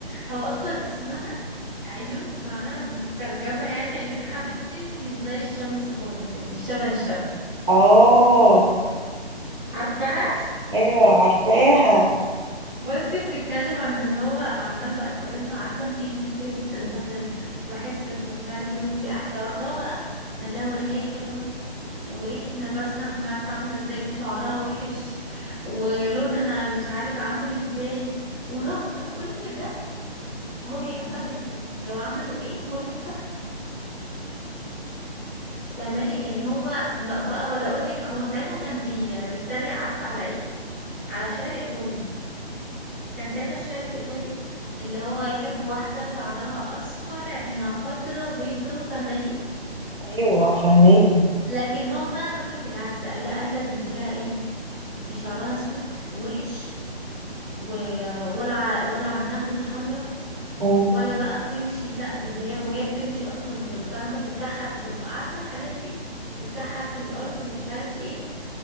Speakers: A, in the centre; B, on the right (about 60°).
A: هو اصلا اسمها عيون معناها بالترجمة يعني عيون حبيبتي مش زي الشمس خالص يعني مش شبه الشمس
B: آه
A: عارفاها
B: أيوة عارفاها
A: بصي بتتكلم عن ان هو عمال بقى يقارنها عارفة انتي انتي بتقولي لسه الغزل بحبك ومش عارف ايه وانتي احلى واحدة هو بقى قال لها ولا هي حلوة وريحة نفسها مش عارفة عاملة ازاي وشعرها وحش ولونها مش عارف عامل ازاي ورغم كل ده هو بيحبها جدا لو عملوا ايه هو بيحبها فاهماني يعني هو ما- بقى ولا اقول لك هو ساعتها كان بي بيتريق عارفه على ايه على شعر ايطالي كان ساعتها الشعر الايطالي اللي هو يحب واحده شعرها اصفر عينيها خضرا بيضه فاهماني
B: أيوة فهماكي
A: لكن هو بقى جاب لك العكس قال لا قال لك دي بقى ايه دي شعرها اسود ووحش و- ولا ع- ولا عندها خدود حمراء
B: امم
A: ولا بقى بتمشي لا ده ده هي وهي بتمشي اصلا ب- فاهمه بتكحت في الأ- عارفه الحاجات دي بتكحت في الارض ومش عارف ايه